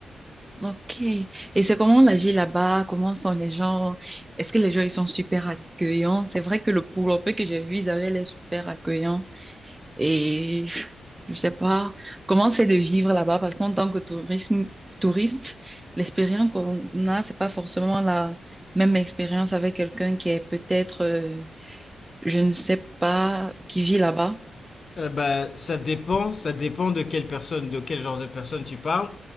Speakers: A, on the right; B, on the left.
A: Ok. Et c'est comment la vie là-bas? Comment sont les gens? Est-ce que les gens ils sont super accueillants? C'est vrai que le peu que j'ai vu, ils avaient l'air super accueillants. Et je je sais pas comment c'est de vivre là-bas parce qu'en tant que tourisme, touriste, l'expérience qu'on a, c'est pas forcément la même expérience avec quelqu'un qui est peut-être, euh, je ne sais pas, qui vit là-bas.
B: Euh, bah, ça dépend, ça dépend de quelle personne, de quel genre de personne tu parles.